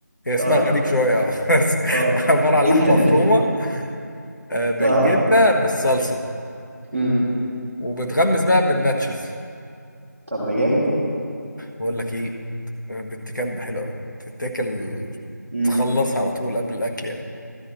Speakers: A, on the left (about 80°); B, in the centre.
A: هي اسمها
B: اه
A: غريب شوية <laughs> بس
B: اه
A: عبارة عن
B: جدا
A: لحمة مفرومة
B: <laughs>
A: آه، بالجبنة
B: اه
A: بالصلصة
B: امم
A: وبتغمس بقى بالناتشز
B: طب ده جامد ده
A: بقول لك ايه آه، بنت كلب حلوة أوي تتاكل
B: امم
A: تخلصها على طول قبل الأكل يعني